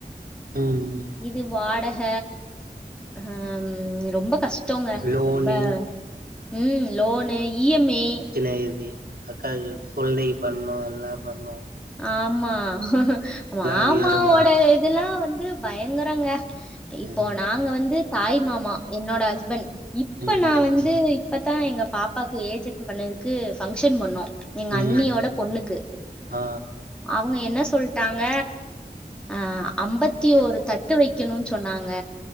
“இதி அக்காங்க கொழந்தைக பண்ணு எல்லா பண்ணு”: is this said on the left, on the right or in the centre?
Right